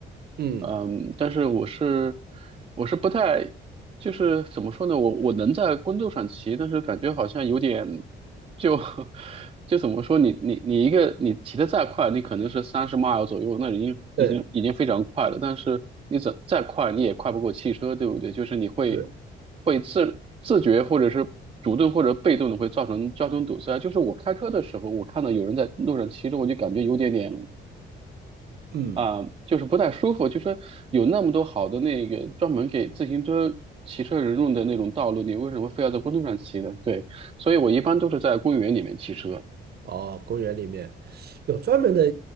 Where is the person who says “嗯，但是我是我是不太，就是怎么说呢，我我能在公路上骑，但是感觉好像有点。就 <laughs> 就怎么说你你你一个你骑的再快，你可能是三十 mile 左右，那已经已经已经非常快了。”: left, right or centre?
Right